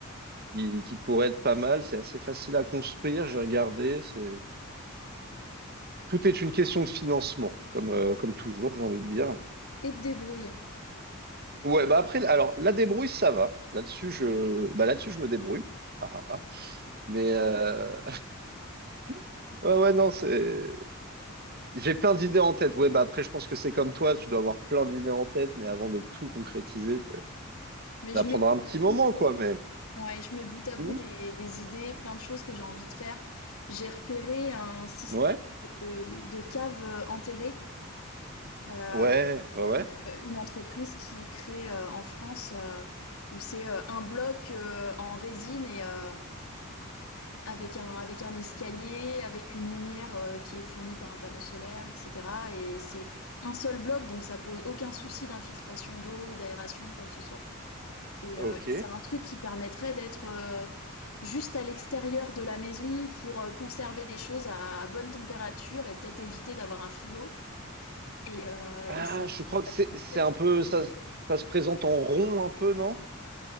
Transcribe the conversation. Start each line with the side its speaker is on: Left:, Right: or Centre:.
Right: qui, qui pourrait être pas mal. C'est assez facile à construire. J'ai regardé. C'est tout est une question de financement, comme euh, comme toujours, j'ai envie de dire.
Left: Et te débrouille.
Right: Ouais, bah après, alors la débrouille, ça va. Là-dessus, je, bah là-dessus, je me débrouille. Ah, ah, ah. Mais euh... <laughs> ouais, ouais, non, c'est. J'ai plein d'idées en tête. Ouais, bah après, je pense que c'est comme toi, tu dois avoir plein d'idées en tête, mais avant de tout concrétiser, ça
Left: Mais
Right: ça
Left: je
Right: prendra
Left: mets bout
Right: un petit
Left: à
Right: moment,
Left: bout,
Right: quoi.
Left: euh,
Right: Mais
Left: ouais, je mets bout à bout
Right: Hmm.
Left: des, des idées, plein de choses que j'ai envie de faire. J'ai repéré un système
Right: ouais,
Left: de, de caves euh, enterrées Heu,
Right: ouais,
Left: c'est
Right: ouais, ouais.
Left: une, heu, une entreprise qui crée, heu, en France, heu, où c'est, heu, un bloc, heu, en résine et heu, avec un avec un escalier, avec une lumière, heu, qui est fournie par un panneau solaire et cetera et c'est un seul bloc donc ça pose aucun souci d'infiltration d'eau, d'aération, de quoi que ce soit et
Right: Ok.
Left: heu, c'est un truc qui permettrait d'être, heu, juste à l'extérieur de la maison pour, heu, conserver des choses à à bonne température et peut-être éviter d'avoir un frigo et heu
Right: Ah,
Left: et ça
Right: je crois que
Left: ça
Right: c'est,
Left: permettrait
Right: c'est un peu ça, ça se présente en rond un peu, non?